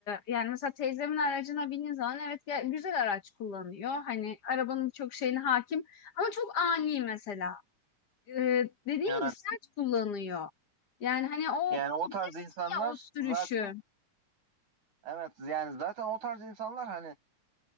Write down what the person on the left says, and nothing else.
yani mesela teyzemin aracına bindiğin zaman evet ya, güzel araç kullanıyor. Hani arabanın birçok şeyine hakim ama çok ani mesela. E, dediğim
gibi sert kullanıyor. Yani hani o
bilirsin
ya o sürüşü.